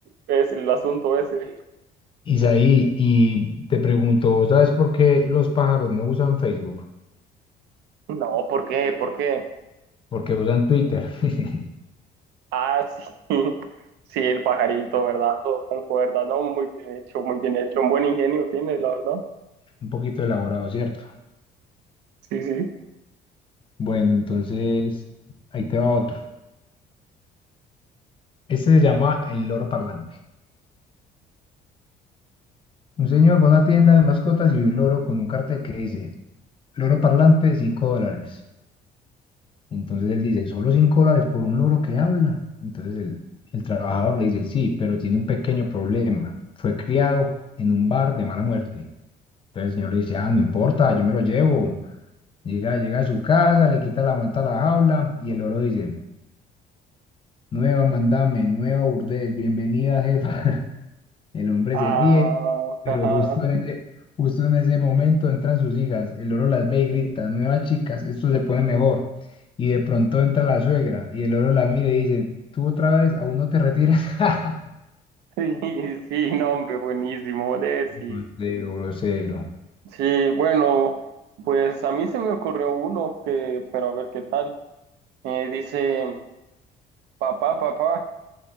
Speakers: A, on the right (about 80°); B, on the left (about 30°).
A: es el asunto ese.
B: Isaí, y te pregunto, ¿sabes por qué los pájaros no usan Facebook?
A: No, ¿por qué? ¿Por qué?
B: Porque usan Twitter. <laughs>
A: Ah, sí. <laughs> Sí, el pajarito, ¿verdad? Todo con cuerda, ¿no? Muy bien hecho, muy bien hecho. Un buen ingenio tiene, la verdad.
B: Un poquito elaborado, ¿cierto?
A: Sí, sí.
B: Bueno, entonces ahí te va otro. Este se llama el loro parlante. Un señor va a una tienda de mascotas y ve un loro con un cartel que dice, loro parlante, 5 dólares. Entonces él dice, solo 5 dólares por un loro que habla. Entonces el, el trabajador le dice, sí, pero tiene un pequeño problema. Fue criado en un bar de mala muerte. Entonces el señor le dice, ah, no importa, yo me lo llevo. Llega, llega a su casa, le quita la manta a la jaula y el loro dice, nueva mandame, nueva burdel, bienvenida jefa. El hombre
A: Ah,
B: se ríe, pero
A: ajá.
B: justo en
A: <laughs>
B: ese, justo en ese momento entran sus hijas. El loro las ve y grita, nuevas chicas, esto se pone mejor. Y de pronto entra la suegra y el loro la mira y dice, tú otra vez, aún no te retiras. <laughs>
A: Sí, sí, no, hombre, buenísimo, hombre, sí.
B: Grosero, grosero.
A: Sí, bueno, pues a mí se me ocurrió uno que, pero a ver qué tal. Eh, dice, papá, papá,